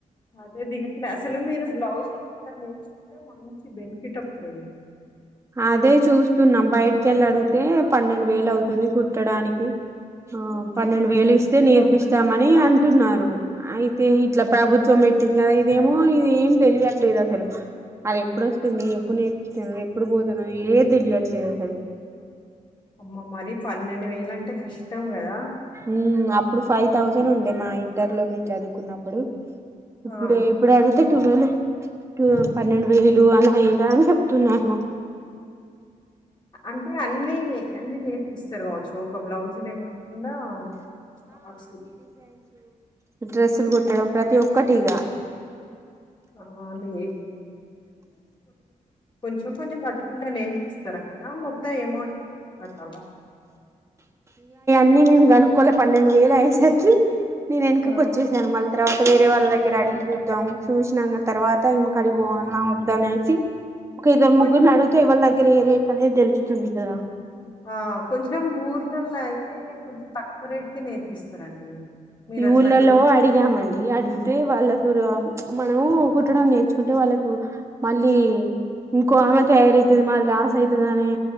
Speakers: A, on the left; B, on the right.
A: అదే దిగట్లే అసలు మీరు బ్లౌజ్లు నేర్చుకుంటే మ బెనిఫిట్ అప్తు
B: అదే చూస్తున్నాం బయటికి వెళ్ళి అడిగితే పన్నెండు వేలు అవుతుంది కుట్టడానికి ఆ పన్నెండు
A: అంటే
B: వేలు ఇస్తే
A: ఓన్లీ
B: నేర్పిస్తామని
A: బ్లౌజులు కాక
B: అంటున్నారు అయి ఇట్లా ప్రభుత్వం పెట్టింది కదా ఇదేమో ఇది ఏం తెలియట్లేదు అసలు అది ఎప్పుడు వస్తుంది ఎప్పుడు నే తె ఎప్పుడు పోతున్నారు ఏం తెలియట్లేదు అసలు
A: అమ్మ మరి పన్నెండు వేల అంటే కష్టం కదా
B: మ్ అప్పుడు ఫైవ్ థౌజండ్ ఉండే మా ఇంటర్ లో మేము చదువుకున్నప్పుడు
A: ఆ!
B: ఇప్పుడే ఇప్పుడు అడుగుతు టువలు పన్నెండు వేలు అలా ఇలా అని చెప్తున్నారు
A: అంటే అన్ని అన్నిీ నేర్పిస్తారు కావచ్చు సో ఒక బ్లౌజులే కాకుండా ఫ్రాక్స్
B: డ్రెస్లు కుట్టడం ప్రతి ఒక్కటిగా
A: ఆ! నీ కొంచ కొంచెం కట్టుకుంటే నేర్పిస్తార కదా మొత్తం ఎమౌంట్ ఒకేసారి కట్టాలా
B: న్నీ నేను కనుక్కోలే పన్నెండు వేలు అయేసరికి నేను వెనకకి
A: ఆ!
B: వచ్చేాను మల్ తరావాత వేరే వాళ్ళ దగ్గర అడిగి చూద్దాం చూసిన తర్వాత ఈమెకుడిగి పోవాల్న వద్ద అనేసి ఒక
A: కొంచెం
B: నడు చ ఇవాళ దగ్గర ఏ అదే తెలుస్తుంది కదా
A: ఆ కొంచం ఊర్ ల్ల అయితే కొంచెం తక్కువ రేటుకే నేర్పిస్తారండి మీరట్లా
B: ఈ ఊళ్ళలో
A: జూ
B: అడిగామండి అడిగితే వాళ్ళ మనము కుట్టడం నేర్చుకుంటే వాళ్ళకు మళ్ళీ ఇంకో ఆమె తయారవుతుంది మా లాస్ అవుతుంది అనే